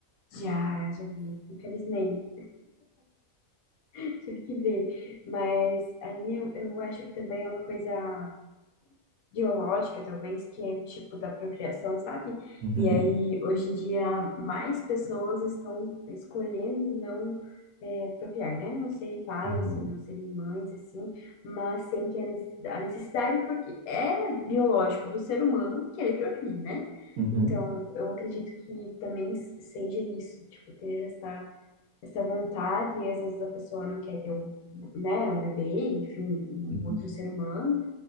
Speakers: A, on the left; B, on the right.
A: Já, já vi. Infelizmente, <laughs> tive que ver. Mas aí eu, eu acho que também é uma coisa. biológica, talvez, que é tipo da procriação, sabe?
B: Uhum,
A: E aí, hoje em dia, mais pessoas estão escolhendo não é, procriar, né? Não serem pais,
B: uhum,
A: não serem, não serem mães, assim, mas sem que a necessidade, a necessidade, porque é biológico do ser humano que ele procrie, né?
B: uhum,
A: Então, eu acredito que também seja isso, tipo, ter essa, essa vontade, e às vezes a pessoa não quer ter um, né, um bebê, enfim, um
B: uhum,
A: outro ser humano,